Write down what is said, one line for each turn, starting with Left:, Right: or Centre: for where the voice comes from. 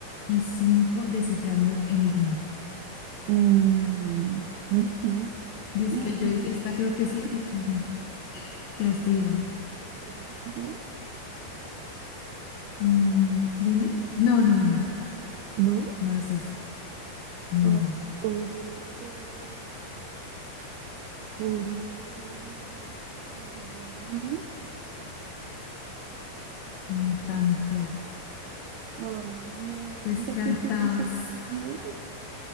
Left: Y cinco, descifrando enigma.
Right: Mm, <laughs> ujú.
Left: Dice
Right: Mm,
Left: que yo, es- esta creo que sí, y quedaste igual.
Right: ¿sería todo?
Left: Mm, dime. No, no, no, no.
Right: ¿No?
Left: No es ese. No,
Right: Ah, podría ser, podría ser resolviendo enigmas.
Left: mm, tampoco.
Right: Ay, no,
Left: Descartas.
Right: siento que te decepcioné.